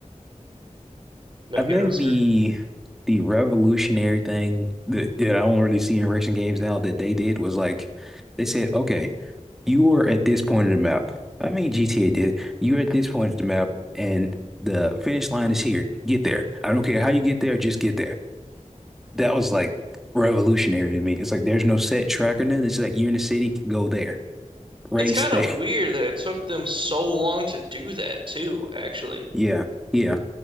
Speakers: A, on the right; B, in the centre.
A: no
B: I
A: heroes
B: think the
A: here.
B: the revolutionary thing that, that I don't really see in racing games now that they did was like they said, okay, you are at this point in the map. I mean GTA did. You're at this point of the map and the finish line is here. Get there. I don't care how you get there, just get there. That was like revolutionary to me. It's like there's no set track or nothing. It's like you're in the city, go there. Race
A: It's kind
B: there.
A: of
B: <laughs>
A: weird that it took them so long to do that too, actually,
B: Yeah. Yeah.